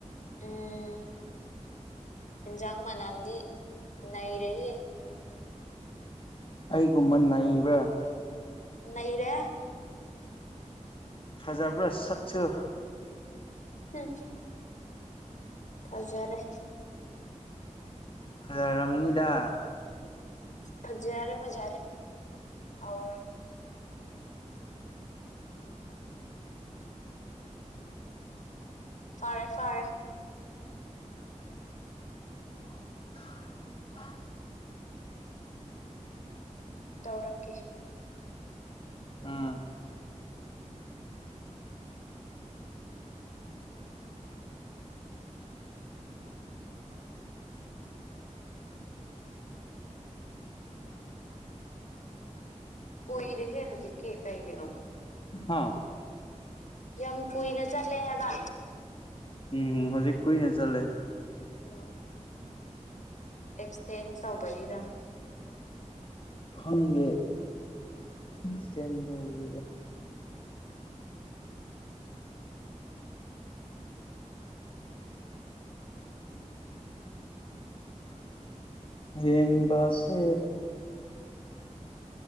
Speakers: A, on the left (about 70°); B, on the left (about 45°).
A: ꯎꯝ ꯍꯤꯟꯖꯥꯡ ꯃꯅꯝꯗꯤ ꯅꯩꯔꯦꯍꯦ꯫
B: ꯑꯩꯒꯨꯝꯕ ꯅꯩꯕ꯭ꯔꯥ꯫
A: ꯅꯩꯔꯦ꯫
B: ꯐꯖꯥꯕꯔ ꯁꯛꯁꯨ꯫
A: ꯍꯝ꯫ ꯐꯖꯔꯦ꯫
B: ꯂꯩꯔꯝꯅꯤꯗ
A: ꯐꯖꯔꯦ ꯐꯖꯔꯦ ꯑꯧꯔ ꯐꯔꯦ ꯐꯔꯦ
B: <unintelligible>
A: ꯇꯧꯔꯛꯀꯦ
B: ꯎꯝ
A: ꯀꯨꯏ ꯔꯦꯍꯦ ꯍꯧꯖꯤꯛꯀꯤ ꯀꯩꯒꯤꯅꯣ
B: ꯍꯥꯥ
A: ꯌꯥꯝ ꯀꯨꯏꯅ ꯆꯠꯂꯦ ꯍꯥꯏꯕ
B: ꯎꯝ ꯍꯧꯖꯤꯛ ꯀꯨꯏꯅ ꯆꯠꯂꯦ
A: ꯎꯝ ꯑꯦꯛꯁꯇꯦꯟ ꯇꯧꯕꯩꯔꯥ
B: ꯈꯪꯗꯦ ꯑꯦꯛꯁꯇꯦꯟ ꯇꯩꯔꯤꯔ ꯌꯦꯡꯕꯁꯤ